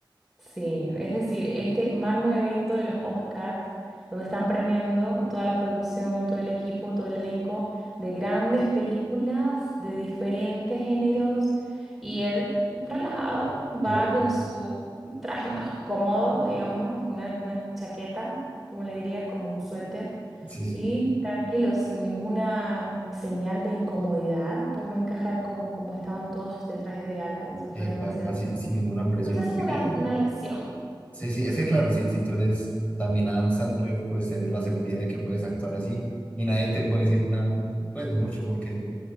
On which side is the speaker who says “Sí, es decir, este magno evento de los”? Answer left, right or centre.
Centre